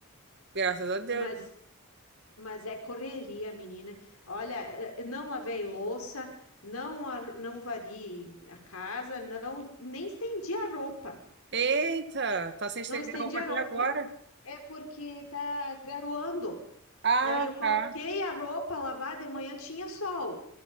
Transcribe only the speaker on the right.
Graças a Deus.
Eita, tá sem
estender
a roupa
até
agora.
Ah,
tá.